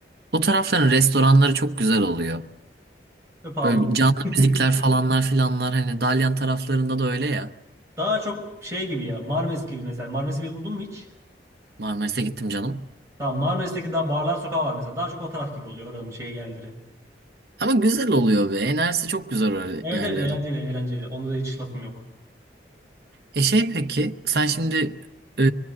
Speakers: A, on the right; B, on the right.
A: o tarafların restoranları çok güzel oluyor.
B: Ve pahalı.
A: Böyle canlı
B: <laughs>
A: müzikler falanlar filanlar hani Dalyan taraflarında da öyle ya.
B: Daha çok şey gibi ya. Marmaris gibi mesela. Marmaris'i bildin mi hiç?
A: Marmaris'e gittim canım.
B: Tamam Marmaris'teki daha barlar sokağı var mesela. Daha çok o taraf gibi oluyor oranın şey yerleri.
A: Ama güzel oluyor be. Enerjisi çok güzel öyle
B: Evet
A: yerlerin.
B: evet eğlenceli eğlenceli. Onda da hiç lafım yok.
A: E şey peki sen şimdi e,